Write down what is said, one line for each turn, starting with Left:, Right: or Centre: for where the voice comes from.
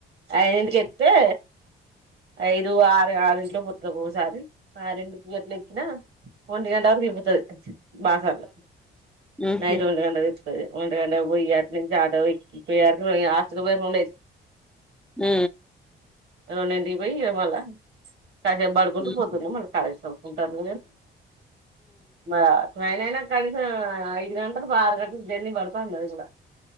Right: అయిదింటికి ఎక్కితే ఐదు ఆరు ఆరు లో పోతుంది ఒకసారి ఆ రెండు పూ గట్లు ఎక్కిన ఒంటి గంట వరకు అయిపోతది బాసర్లో
Centre: ఉహు
Right: నైట్ వొంటి గంట వొంటి గంటకు పోయి అటునుంచి ఇ యకి ఆసకు పోేరుండ
Centre: హ
Right: రొండింటికి పోయి ఇగ మల్ల కాసేపు పడుకుంటే
Centre: ఉ
Right: పోద్దు న మనకి కాళ స కుంటారు బ త ఎననా కలిస ఐదు గంటలు పా ఆరు గంటలు జర్నీ పడతాంది అది కూడా